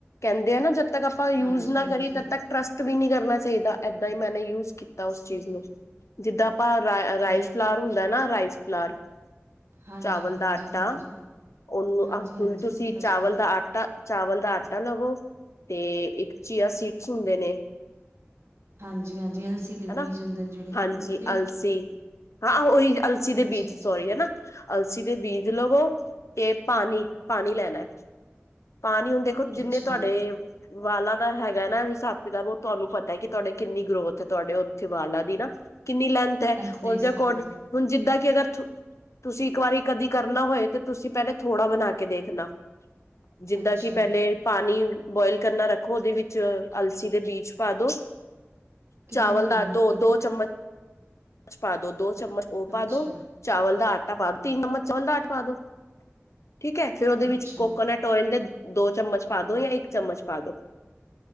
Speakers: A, on the left; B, on the right.
A: ਕੈਂਦੇ ਆ ਨਾ ਜਦ ਤੱਕ ਆਪਾਂ ਯੂਜ
B: ਹਾਂਜੀ
A: ਨਾ
B: ਹਾਂਜੀ
A: ਕਰੀਏ ਤਦ ਤੱਕ ਟਰਸਟ ਵੀ ਨੀਂ ਕਰਨਾ ਚਾਈਦਾ, ਏਦਾਂ ਈ ਮੈਨੇ ਯੂਜ ਕੀਤਾ ਓਸ
B: ਸਹੀ
A: ਚੀਜ ਨੂੰ ਜਿੱਦਾਂ ਆਪਾਂ ਰਾ ਰਾਈਸ
B: ਮਤਲਬ
A: ਫਲਾਰ ਹੁੰਦਾ ਨਾ ਰਾਈਸ ਫਲਾਰ
B: ਹਾਂਜੀ
A: ਚਾਵਲ
B: ਹਾਂਜੀ
A: ਦਾ ਆਟਾ
B: ਹਾਂਜੀ
A: ਓਹਨੂੰ,
B: ਹਾਂਜੀ ਹਾਂਜੀ
A: ਤੁਸੀਂ
B: ਸਮਝ
A: ਚਾਵਲ
B: ਗਈ ਮੈਂ
A: ਦਾ ਆਟਾ ਚਾਵਲ ਦਾ ਆਟਾ ਲਵੋ, ਤੇ ਇੱਕ ਚੀਆ ਸੀਡਸ ਹੁੰਦੇ ਨੇ।
B: ਹਾਂਜੀ-ਹਾਂਜੀ, ਅਲਸੀ ਦੇ
A: ਹਨਾ
B: ਬੀਜ ਹੁੰਦੇ ਨੇ ਜੇੜੇ,
A: ਹਾਂਜੀ
B: ਨਈਂ
A: ਅਲਸੀ ਹਾਂ, ਓਹੀ ਅਲਸੀ ਦੇ
B: ਅੱਛਾ
A: ਬੀਜ
B: ਅੱਛਾ
A: ਸੋਰੀ ਹਨਾ, ਅਲਸੀ ਦੇ ਬੀਜ ਲਵੋ ਤੇ ਪਾਨੀ ਪਾਨੀ ਲੈਨਾ। ਪਾਨੀ ਹੁਨ ਦੇਖੋ, ਜਿੰਨੇ
B: ਅੱਛਾ
A: ਤੁਆਡੇ ਵਾਲਾ ਦਾ ਹੈਗਾ ਨਾ ਹਿਸਾਬ-ਕਿਤਾਬ ਓ ਤੁਆਨੂੰ ਪਤਾ ਕਿ ਤੁਆਡੇ ਕਿੰਨੀ ਗਰੋਥ ਤੁਆਡੇ ਓਥੇ ਵਾਲਾਂ ਦੀ ਨਾ ਕਿੰਨੀ ਲੈਂਥ ਐ,
B: ਦੇ
A: ਓਸਦੇ
B: ਹਿਸਾਬ
A: ਅਕੋਰਡਿੰਗ
B: ਨਾਲ
A: ਹੁਣ ਜਿੱਦਾਂ ਕਿ ਅਗਰ ਤੁਸੀਂ ਇੱਕ ਵਾਰੀ ਕਦੀ ਕਰਨਾ ਹੋਏ ਤੇ ਤੁਸੀਂ ਪੈਲੇ ਥੋੜਾ ਬਨਾ ਕੇ ਦੇਖਨਾ। ਜਿੱਦਾਂ
B: ਅੱਛਾ
A: ਕਿ ਪੈਲੇ ਪਾਣੀ ਬੋਆਇਲ ਕਰਨਾਂ ਰੱਖੋ ਉਦੇ ਵਿੱਚ ਅਲਸੀ ਦੇ ਬੀਜ ਪਾ ਦੋ।
B: ਕਿੰਨੇ
A: ਚਾਵਲ
B: ਪਾਣੇ
A: ਦਾ
B: ਨੇ
A: ਦੋ
B: ਕਿੰਨੇ
A: ਦੋ ਚਮਚ ਪਾ ਦੋ ਚਮਚ ਓ ਪਾ
B: ਅੱਛਾ
A: ਦੋ। ਚਾਵਲ ਦਾ ਆਟਾ ਪਾ ਦੋ ਤਿੰਨ ਚਮਚ ਚਾਵਲ ਦਾ ਆਟਾ ਪਾ ਦੋ ਠੀਕ ਹੈ ਫਿਰ ਉਦੇ
B: ਅੱਛਾ
A: ਵਿੱਚ ਕੋਕੋਨਟ ਟੋਇਨ ਦੇ ਦੋ ਚਮਚ ਪਾ ਦੋ ਜਾਂ ਇੱਕ ਚਮਚ ਪਾ ਦੋ।